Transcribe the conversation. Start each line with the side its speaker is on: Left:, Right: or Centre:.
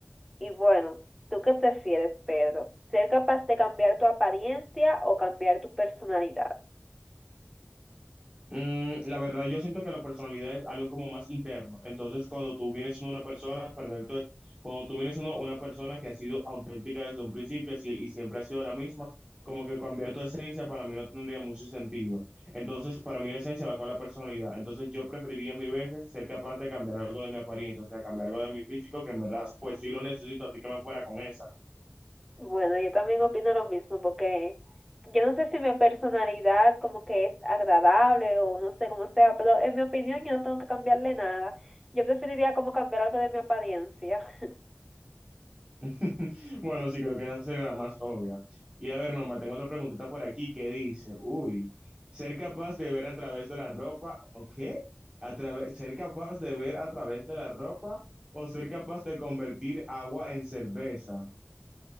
Centre: Y bueno, ¿tú qué prefieres, Pedro? ¿Ser capaz de cambiar tu apariencia o cambiar tu personalidad?
Right: Mm, la verdad, yo siento que la personalidad es algo como más interno. Entonces, cuando tú vienes siendo una persona, perdón, entonces, cuando tú vienes siendo una persona que ha sido auténtica desde un principio así- y siempre ha sido la misma, como que cambiar tu esencia para mí no tendría mucho sentido. Entonces, para mí la esencia va con la personalidad. Entonces, yo preferiría mil veces ser capaz de cambiar algo de mi apariencia, o sea, cambiar algo de mi físico, que en verdad, pues sí lo necesito, así que me fuera con esa.
Centre: Bueno, yo también opino lo mismo, porque yo no sé si mi personalidad como que es agradable o no sé cómo sea, pero en mi opinión yo no tengo que cambiarle nada. Yo preferiría como cambiar algo de mi apariencia. <laughs>
Right: <laughs> Bueno, sí, creo que esa será la más obvia. Y a ver, Norma, tengo otra preguntita por aquí que dice, uy, ser capaz de ver a través de la ropa, ¿o qué? A través, ser capaz de ver a través de la ropa o ser capaz de convertir agua en cerveza.